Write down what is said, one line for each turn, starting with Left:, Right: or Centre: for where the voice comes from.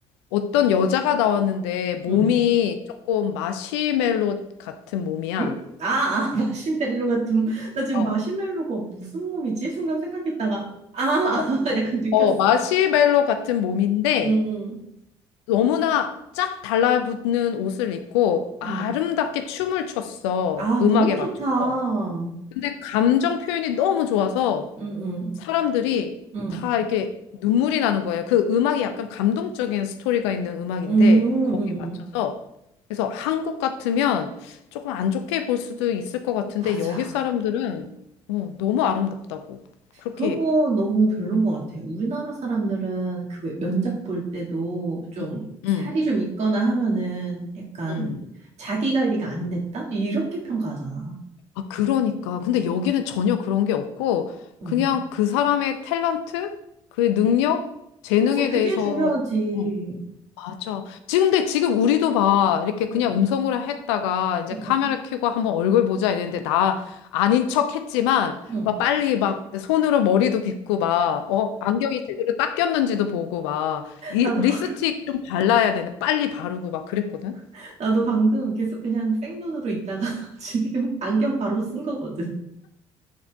Left: 어떤 여자가 나왔는데 몸이
Right: 응.
Left: 조금 마시멜로 같은 몸이야.
Right: 응? 아, 아, <laughs> 마시멜로 같은. 나 지금
Left: 어,
Right: 마시멜로가 무슨 몸이지? 순간 생각했다가. 아, 아,
Left: 어,
Right: <laughs>
Left: 뭐,
Right: 약간 느꼈어.
Left: 어, 마시멜로 같은 몸인데
Right: 응, 응.
Left: 너무나 쫙 달라붙는 옷을 입고 아름답게
Right: 응.
Left: 춤을 췄어.
Right: 아,
Left: 음악에
Right: 너무 좋다.
Left: 맞춰서.
Right: 응,
Left: 근데 감정 표현이 너무 좋아서
Right: 응.
Left: 사람들이
Right: 응.
Left: 다 이렇게 눈물이 나는 거예요. 그 음악이 약간 감동적인 스토리가 있는 음악인데
Right: 응,
Left: 거기에
Right: 응,
Left: 맞춰서
Right: 응.
Left: 그래서 한국 같으면 조금 안 좋게 볼 수도 있을 것 같은데
Right: 맞아.
Left: 여기 사람들은 어, 너무 아름답다고 그렇게
Right: 그런 거 너무 별론
Left: 여기더라.
Right: 것 같아. 우리나라 사람들은 그 왜 면접 볼 때도 좀
Left: 응,
Right: 살이
Left: 응,
Right: 좀 있거나 하면은 약간
Left: 응.
Right: 자기 관리가 안
Left: 응.
Right: 됐다? 이렇게 평가하잖아.
Left: 아, 그러니까. 근데 여기는 전혀 그런 게 없고
Right: 응.
Left: 그냥 그 사람의 탤런트, 그의 능력, 재능에
Right: 사실 그게
Left: 대해서
Right: 중요하지.
Left: 어, 맞아. 지금 근데 지금 우리도 막 이렇게 그냥
Right: 응,
Left: 음성으로 했다가 이제
Right: 응,
Left: 카메라
Right: 응.
Left: 켜고 한번 얼굴 보자 이랬는데 나 아닌 척 했지만
Right: 응.
Left: 막 빨리 막 손으로 머리도 빗고 막 어, 안경이 제대로 딱 꼈는지도 보고 막 이
Right: 나도
Left: 립스틱
Right: 바로,
Left: 좀 발라야 되는데 빨리 바르고 막 그랬거든.
Right: <laughs> 나도 방금 계속 그냥 생눈으로 있다가 <laughs> 지금 안경 바로 쓴 거거든.